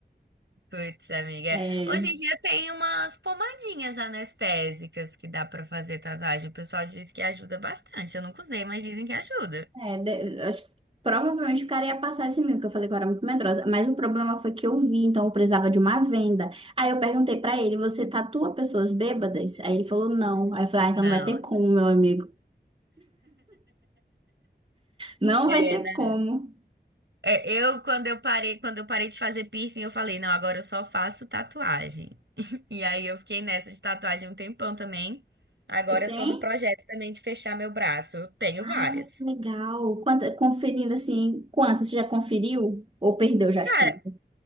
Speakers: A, on the right; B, on the right.
A: Putz, amiga.
B: É,
A: Hoje em dia tem umas pomadinhas anestésicas que dá pra fazer tatuagem. O pessoal diz que ajuda bastante. Eu nunca usei, mas dizem que ajuda.
B: É, de- acho que provavelmente o cara ia passar esse medo, que eu falei que eu era muito medrosa. Mas o problema foi que eu vi, então eu precisava de uma venda. Aí eu perguntei pra ele: você tatua pessoas bêbadas? Aí ele falou: não. Aí eu falei: ah, então
A: Não.
B: não vai ter como, meu amigo. Não
A: É,
B: vai ter
A: não.
B: como.
A: É, eu quando eu parei, quando eu parei de fazer piercing, eu falei, não, agora eu só faço tatuagem. <laughs> E aí eu fiquei nessa de tatuagem um tempão também. Agora
B: Você tem?
A: eu tô no projeto também de fechar meu braço. Eu tenho
B: Ah,
A: várias.
B: que legal. Quanta, conferindo assim, quantas? Você já conferiu? Ou perdeu já as
A: Cara,
B: contas?